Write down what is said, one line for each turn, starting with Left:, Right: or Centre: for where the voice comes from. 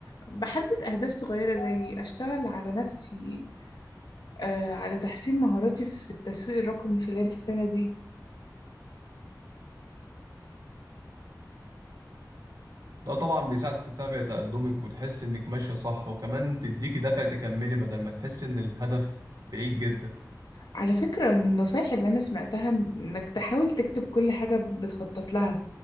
Left: بحدد أهداف صغيرة زي أشتغل على نفسي آه على تحسين مهاراتي في التسويق الرقمي خلال السنة دي
Right: ده طبعا بيساعد تتابع تقدمك وتحس إنك ماشية صح وكمان تديكي دافع تكملي بدل ما تحس إن الهدف بعيد جدا
Left: على فكرة من النصايح اللي أنا سمعتها إن- إنك تحاول تكتب كل حاجة بتخطط لها